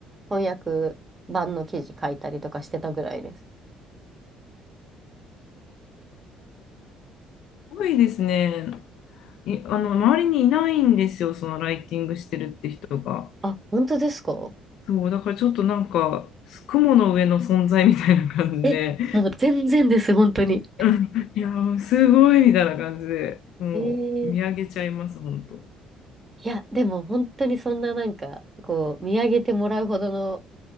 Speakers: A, on the right; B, on the left.
A: 翻訳版の記事書いたりとかしてたぐらいです。
B: 多いですね。い、あの、周りにいないんですよ、そのライティングしてるって人が。
A: あ、本当ですか
B: そう、だからちょっとなんか、雲の上の存在みたいな感じで、
A: え、なんか全然です、本当に。
B: うんいやー、すごいみたいな感じで、もう見上げちゃいます、
A: ええ
B: 本当。
A: いや、でも本当にそんななんか、こう、見上げてもらうほどの